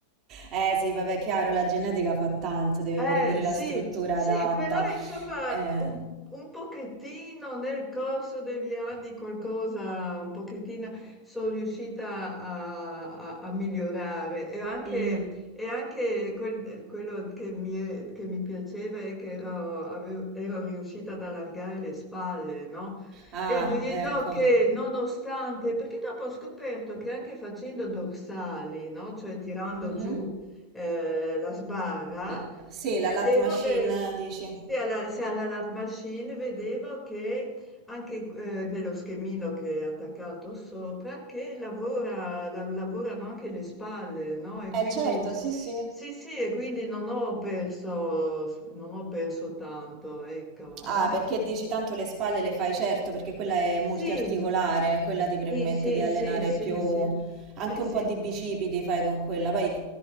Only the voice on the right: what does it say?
Eh, sì, vabbè, chiaro, la genetica fa tanto, devi
avere pure la
struttura
adatta.
Eh,
mm,
ah,
ecco.
Mhm.
L- Sì,
la lat machine,
dici?
Eh certo, sì, sì.
Ah, perché dici tanto le spalle le fai, certo, perché quella è multiarticolare,
quella ti permette
di allenare
più,
anche
un po' di bicipiti fai con quella, poi